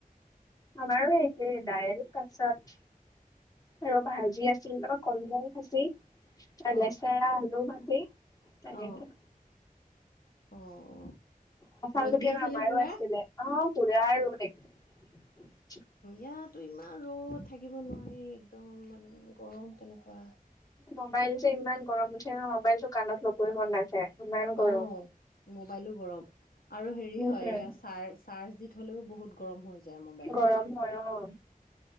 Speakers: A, on the left; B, on the left.
A: আ বাৰ। এ দাইল তাৰপাছত আৰু ভাজি আছিল তাৰপৰা কলমৌ ভাজি। আৰু
B: অ'
A: লেচেৰা ৰা আলু মাজি তেনেকে।
B: অ' অ' অ'
A: কঠাল
B: ৰ'দ
A: গুটি
B: দি আছে
A: আমাৰো
B: নে পুৰা?
A: আছিলে অ পুৰা আৰু। <unintelligible>
B: এয়াতো ইমান ৰ'দ থাকিব নোৱাৰি একদম মানে গৰম কেনেকুৱা,,।
A: মোবাইল যে ইমান গৰম উঠে নহয় মোবাইলতটো কাণত লবই মন নাযায়। ইমান গৰম।
B: অ মোবাইলো গৰম। আৰু হেৰি
A: উম,
B: হয় ইয়াৰ চাৰ চাৰ্জ দি থলেও বহুত গৰম হৈ যায় মোবাইল।
A: গৰম হয় অ',